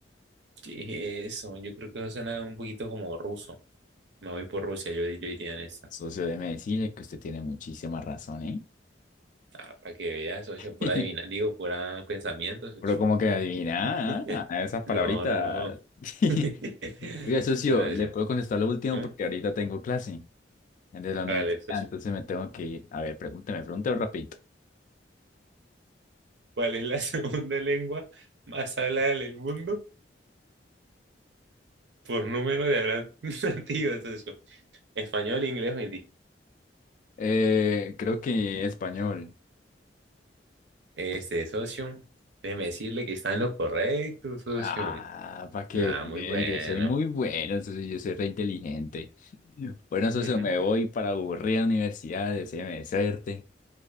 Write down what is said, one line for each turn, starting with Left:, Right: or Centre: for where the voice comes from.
Right: ¿qué es eso? Yo creo que eso suena un poquito como ruso. Me voy por Rusia, yo, yo iría en esta.
Left: Socio, déjeme decirle que usted tiene muchísima razón, ¿eh?
Right: Ah, para que veas, socio,
Left: <laughs>
Right: por adivinar, digo, por pensamientos, socio.
Left: Pero como que adivina,
Right: <laughs>
Left: ah, ah, esas palabritas.
Right: No, no, no.
Left: <laughs>
Right: <laughs>
Left: Oiga, socio,
Right: Bueno,
Left: ¿le
Right: socio.
Left: puedo contestar lo último
Right: ¿eh?
Left: porque ahorita tengo clase? de la universidad,
Right: Hágale, socio.
Left: entonces me tengo que ir. A ver, pregúnteme, pregúnteme rapidito.
Right: ¿Cuál es la <laughs> segunda lengua más hablada en el mundo por número de hablantes <laughs> nativos, socio? ¿Español, inglés o hindi?
Left: Eh, creo que español.
Right: Este, socio, déjeme decirle que está en lo correcto, socio.
Left: Ah, para que
Right: Nada,
Left: vea,
Right: muy bueno.
Left: yo soy muy bueno, entonces yo soy re inteligente. Bueno, entonces
Right: Ujú.
Left: me voy para aburrir a la universidad, deséame suerte.